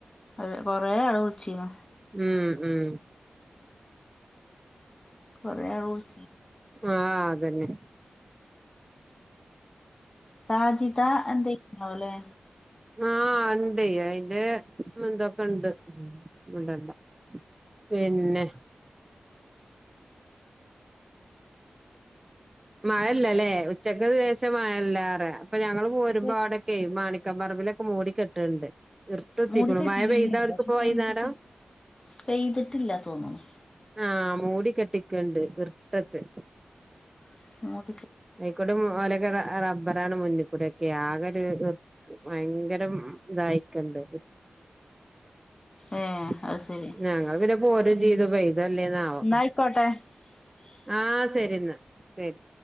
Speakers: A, on the left; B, on the right.
A: അത് കൊറേ ആള് വിളിച്ചിന്നു
B: ഉം ഉം
A: കൊറേ ആളോച്ചി
B: ആഹ അതന്നെ
A: സാജിതാ എന്ത്‌ ചെയ്യുന്നവോലേ
B: ആഹ് ണ്ട് അയിന്റെ എന്ത ഫ്രണ്ട് മി ണ്ടണ്ട പിന്നെ മഴല്ലല്ലേ ഉച്ചക്ക് ശേഷം മഴല്ലാറ അപ്പൊ ഞങ്ങൾ പോരുമ്പോ
A: ഉം
B: അവിടൊക്കെ മാണി- പറമ്പിലൊക്കെ മൂടി കെട്ട്ണ്ട് ഇർട്ട് കുത്തിക്കുണു
A: മൂടിക്കെട്ടിക്കന്നെയാണ്
B: മയ പെയ്താ അവട്ക്ക്
A: പക്ഷെ
B: പോയിന്നേരം
A: പെയ്തിട്ട് പെയ്തിട്ടില്ല തോന്നുന്നു
B: ആഹ് മൂടി കെട്ടിക്ക്ണ്ട് ഇർട്ടത്ത്
A: <unintelligible>
B: ആയിക്കൂടെ മലക്കെ റബ്ബറാണ് മുന്നിക്കൂടെ ഒക്കെ ആകെ ഒരു ഭയങ്കരം ഇതായിക്കല്ലോ <unintelligible>
A: ഏഹ് അത് ശരി
B: ഞങ്ങള് പിന്നെ പോരും
A: ഉം
B: ചീതു പെയ്തോ ഇല്ലെന്നാവോ
A: ന്നാ <inaudible>
B: ആ ശരിെന്നാ ശരി